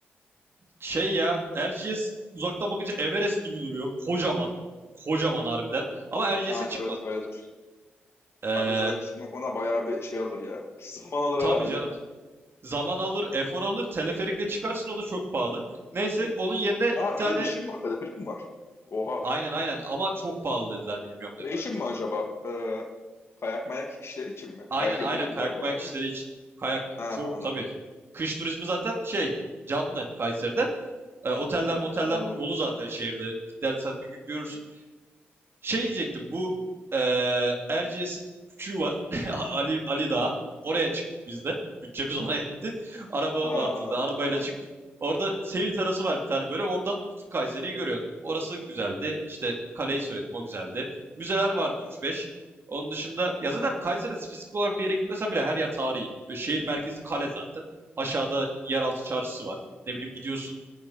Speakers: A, on the right; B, on the left.
A: şey ya Erciyes uzaktan bakınca Everest gibi duruyor. Kocaman. Kocaman harbiden. Ama Erciyes'e
B: Ha
A: çıkmadık.
B: evet öyledir.
A: Eee
B: Kanka zaten çıkmak ona bayağı bir şey alır ya. <laughs> Zaman alır
A: tabii
B: herhalde.
A: canım. Zaman alır, efor alır. Teleferikle çıkarsın o da çok pahalı. Neyse onun yerine
B: Ha
A: bir tane
B: öyle bir şey mi var? Teleferik mi var? Oha.
A: aynen aynen ama çok pahalı dediler bilmiyorum ne
B: Şey
A: kadar.
B: için mi acaba? Ee, kayak mayak işleri için mi?
A: Aynen
B: Kayak
A: aynen
B: yapılıyordu
A: kayak
B: galiba orada
A: bayak
B: değil
A: işleri
B: mi?
A: için. Kayak
B: Ha
A: çok
B: anladım.
A: tabii. Kış turizmi zaten şey canlı Kayseri'de. E, oteller
B: Hmm,
A: moteller
B: anladım.
A: dolu zaten şehirde. Gidersen bir gün görürsün. Şey diyecektim bu eee Erciyes'in küçüğü var. <laughs> Ali Ali Dağı. Oraya çıktık biz de. Bütçemiz ona yetti. Araba
B: Ha
A: vardı
B: anladım.
A: da arabayla
B: Anladım.
A: çıktık. Orada seyir terası var bir tane böyle. Oradan bütün Kayseri'yi görüyorsun. Orası güzeldi. İşte kaleyi söyledim o güzeldi. Müzeler vardı üç beş Onun dışında ya zaten Kayseri'de spesifik olarak bir yere gitmesen bile her yer tarihi. Böyle şehir merkezi kale zaten. Aşağıda yeraltı çarşısı var. Ne bileyim gidiyorsun